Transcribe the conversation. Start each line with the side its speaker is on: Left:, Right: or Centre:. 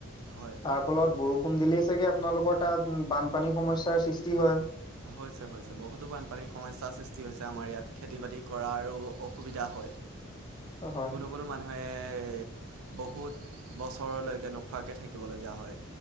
Right: হয়
Left: তাৰ ফলত বৰষুণ দিলেই চাগে আপোনালোকৰ তাত বানপানীৰ সমস্যাৰ সৃষ্টি হয়।
Right: হৈছে হৈছে বহুতো বানপানীৰ সমস্যয়াৰ সৃষ্টি হৈছে আমাৰ ইয়াত, খেতি বাতি কৰাৰো অসুবিধা
Left: <unintelligible>
Right: হয়।
Left: হয়
Right: কোনো কোনো মানুহে- বহুত বছৰলৈকে নোখোৱাকে থাকিবলগীয়া হয়।